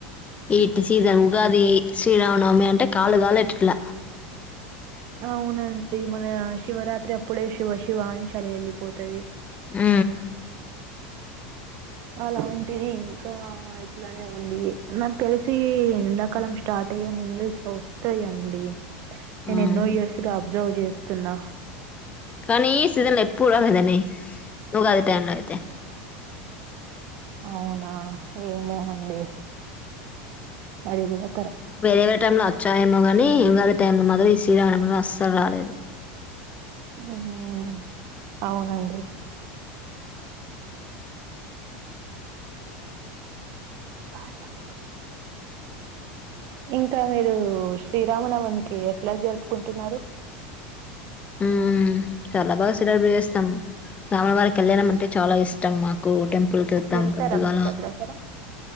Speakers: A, on the left; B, on the right.
A: ఈట్ సీజన్ ఉగాది శ్రీరామనవమి అంటే కాళ్లు గాలే టిక్ల
B: అవునండి మన శివరాత్రి అప్పుడే శివ శివ అని చలి ఎళ్ళిపోతది
A: ఆ... ఉ
B: అలాంటిది ఇంకా ఇట్లానే ఉంది నాకు తెల్సి ఎండాకాలం స్టార్ట్ అంటే ముందు ఇట్ల వస్తాయిండి నేను
A: అవును
B: ఎన్నో ఇయర్స్ గా అబ్జర్వ్ జేస్తున్నా
A: కానీ ఈ సీజన్ లో ఎప్పుడు రలేదండి ఇ ఉగాది టైమ్ లో అయితే
B: అవునా ఏమో అండి అది గూడా
A: వేరే వేరే టైమ్ లో వచ్చాయేమో గాని ఉగాది టైమ్ లో మాత్రం ఈ శ్రీరానవమ్ లో అస్సలు రాలేదు
B: హ్మ్ అవునండి కా కాక ఇంకా మీరు శ్రీరామనవమికి ఎట్లా జరుపుకుంటున్నారు
A: హ్మ్ చాలా బాగా సెలబ్రెట్ చేస్తాం రాముల వారి కళ్యాణం అంటే చాలా ఇష్టం మాకు కు టెంపుల్కెళ్తాం
B: వెళ్తారా
A: పొద్దుగాల
B: మరి భద్రాచలం